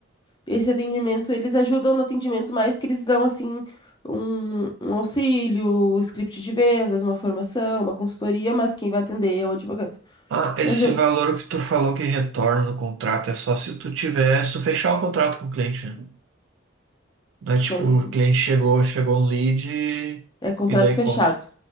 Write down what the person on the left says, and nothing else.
esse atendimento, eles ajudam no atendimento, mas que eles dão, assim, um, um auxílio, um script de vendas, uma formação, uma consultoria, mas quem vai atender é o advogado.
Mas eu,
como
assim?
É contrato
fechado.